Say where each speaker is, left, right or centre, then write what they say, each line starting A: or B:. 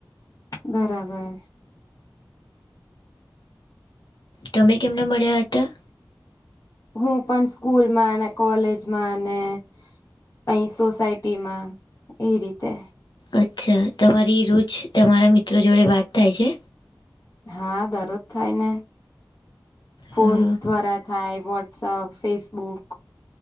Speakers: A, on the left; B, on the left.
A: બરાબર
B: તમે કેમના મળ્યા હતા?
A: હું પણ સ્કૂલમાં ને કોલેજમાં ને કહી સોસાયટી માં એ રીતે
B: અચ્છા તમારી રોજ તમારા મિત્રો જોડે વાત થાય છે?
A: હા દરરોજ થાય ને ફોન
B: હા
A: દ્વારા થાય વોટ્સઅપ ફેસબુક